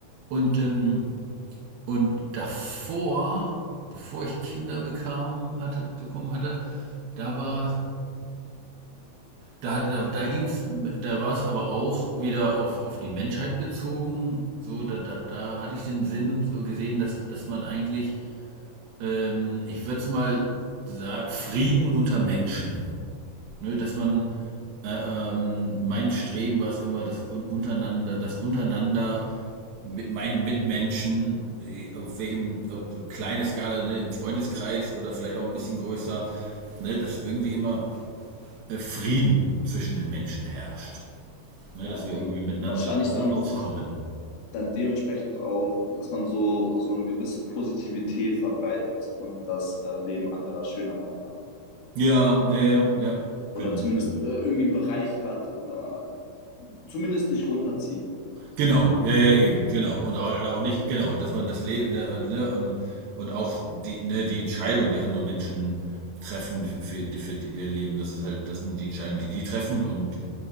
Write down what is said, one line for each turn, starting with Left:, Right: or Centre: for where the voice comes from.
Right: und, ähm, und davor, bevor ich Kinder bekam, hatte, bekommen hatte, da war, da hatte, da, da ging's, da war es aber auch wieder auf, auf die Menschheit bezogen. So, da, da, da hatte ich den Sinn so gesehen, dass, dass man eigentlich ähm, ich würde es mal sagen, Frieden unter Menschen. Ne, dass man, äh, ähm, mein Streben war es immer, das untereinander, das untereinander mit meinen Mitmenschen, äh, auf welchem, ob kleine Skala, ne, im Freundeskreis oder vielleicht auch ein bisschen größer, ne, dass irgendwie immer äh, Frieden zwischen den Menschen herrscht. Ne,
Left: Ja,
Right: dass
Left: und
Right: wir irgendwie miteinander
Left: wahrscheinlich
Right: au-
Left: dann
Right: auskommen.
Left: dann dementsprechend auch, dass man so, so eine gewisse Positivität verbreitet und das äh, Leben anderer schöner macht.
Right: Ja, ja, ja, ja,
Left: Oder
Right: genau.
Left: zumindest
Right: Ja.
Left: äh, irgendwie einen Bereich hat oder zumindest nicht runterzieht.
Right: Genau, ja, ja, eben, genau. Und auch, auch nicht, genau, dass man das Leben, ne, ne, und, und auch die, ne, die Entscheidung, die andere Menschen treffen für, die- für die- ihr Leben, das ist halt, das sind die Entscheidungen, die die treffen und,